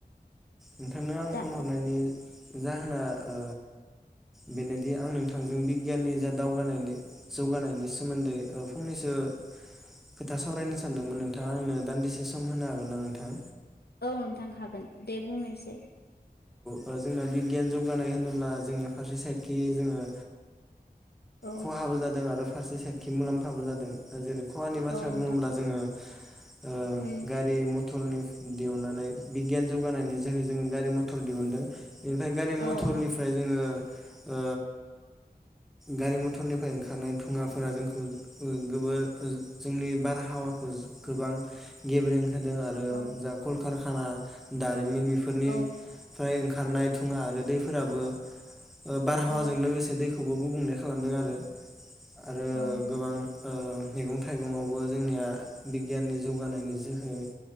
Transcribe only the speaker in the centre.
नोंथांनो आं
फन हरनायनि जाहोना अ बेनोदि आं नोंथांजों बिगियाननि जा दावगानायनि जौगानायनि सोमोन्दै औ फंनैसो खोथा सावरायनो सानदोंमोन नोंथाङा आंनो दान्दिसे सम होनो हागोन ना नोंथां।
औ जोंना बिगियान जौगानाय होनोब्ला जोंनि फारसे साइडखि जोङो
खहाबो जादों आरो फारसे साइथिं मुलाम्फाबो जादों जेरै खहानि बाथ्रा
बुङोब्ला जोङो अ
गारि मथर मटरनि दिहुननानै बिगियान जौगानायनि जोहै जोङो गारि मथर थर दिहुनदों। बेनिफ्राय गारि मथरनिफ्राय
जोङो अ गारि मथरनिफ्राय ओंखारनाय थुङाफोरा जोंखौ गोबोर जोंनि बारहावाखौ गोबां गेबेरें होदों आरो
जा कल खाना दारि बेफोरनि
प्राय ओंखारनाय थुङा आरो दैफोराबो बारहावाजों
लोगोसे दैखो गुबुंले खालामदों आरो आरो
गोबां ओ मैगं थाइगंवावबो जोंनिया बिगियाननि जौगानायनि जोहै